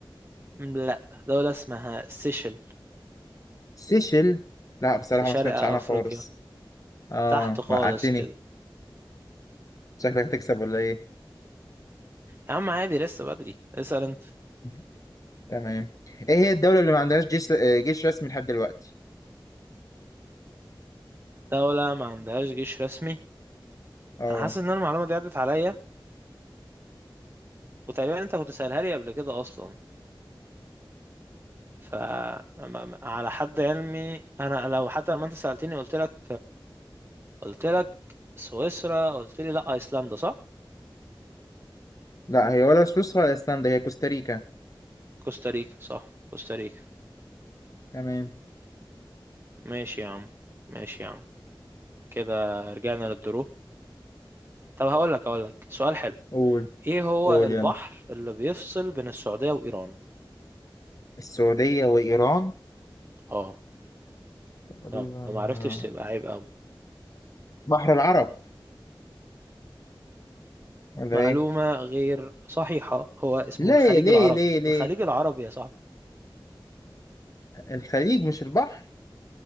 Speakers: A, on the right; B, on the left.
A: م، لا دوله اسمها سيشل
B: سيشل لا بصراحة
A: في شرق
B: ما سمعتش عنها
A: افريقيا
B: خالص اه
A: تحت خالص
B: وقعتني
A: كده
B: شكلك هتكسب ولا ايه
A: يا عم عادي لسه بدري اسال انت
B: <laughs> تمام ايه هي الدولة اللي ما عندهاش جيش آه، جيش رسمي لحد دلوقتي
A: دوله ما عندهاش جيش رسمي
B: اه
A: انا حاسس ان أنا المعلومه دي عدت عليا وتقريبا انت كنت سألها لي قبل كده اصلا ف ما- ما- على حد علمي انا لو حتى لما انت سألتني قلت لك قلت لك سويسرا قلت لي لا ايسلندا صح
B: لا هي ولا سويسرا ولا ايسلندا هي كوستاريكا
A: كوستاريكا صح كوستاريكا
B: تمام
A: ماشي يا عم ماشي يا عم كده رجعنا للدرو طب هقول لك هقول لك سؤال حلو
B: قول
A: ايه هو
B: قول
A: البحر
B: يلا
A: اللي بيفصل بين السعودية وإيران
B: السعودية وإيران
A: اه
B: تقريبا
A: لو ما عرفتش
B: آه،
A: تبقى عيب قوي
B: بحر العرب ولا
A: معلومة
B: ايه
A: غير صحيحة هو اسمه
B: ليه
A: الخليج
B: ليه
A: العربي
B: ليه ليه
A: الخليج العربي يا صاحبي
B: الخليج مش البحر